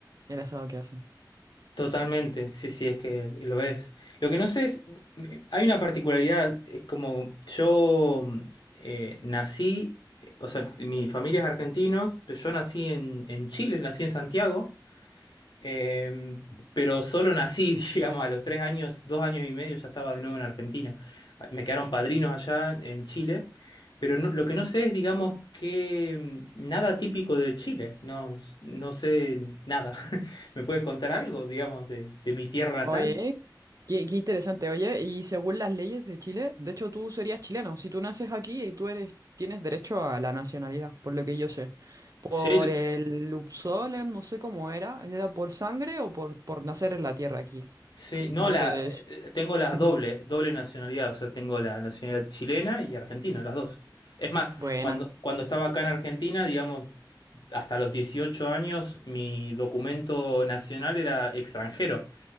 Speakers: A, on the right; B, on the left.
A: el asado que hacen.
B: Totalmente, sí, sí, es que lo ves. Lo que no sé es, hay una particularidad, es como yo mm, eh, nací, eh, o sea, mi familia es argentina, pero yo nací en, en Chile, nací en Santiago, eh, pero solo nací, <laughs> digamos, a los tres años, dos años y medio ya estaba de nuevo en Argentina. Me quedaron padrinos allá en Chile, pero no- lo que no sé es, digamos, que mm, nada típico de Chile, no, no sé nada. <laughs> ¿Me puedes contar algo, digamos, de, de mi tierra
A: Oye,
B: natal?
A: qué, qué interesante. Oye, y según las leyes de Chile, de hecho tú serías chileno. Si tú naces aquí y tú eres, tienes derecho a la nacionalidad, por lo que yo sé. Por
B: Sí,
A: el Upsolem, no sé cómo era. ¿Era por sangre o por, por nacer en la tierra aquí?
B: Sí,
A: Por-
B: no,
A: Algo
B: la,
A: de
B: eh,
A: eso.
B: tengo las
A: Ujú.
B: doble, doble nacionalidad, o sea, tengo la nacionalidad chilena y argentina, las dos. Es más,
A: Buena,
B: cuando, cuando estaba acá en Argentina, digamos, hasta los 18 años, mi documento nacional era extranjero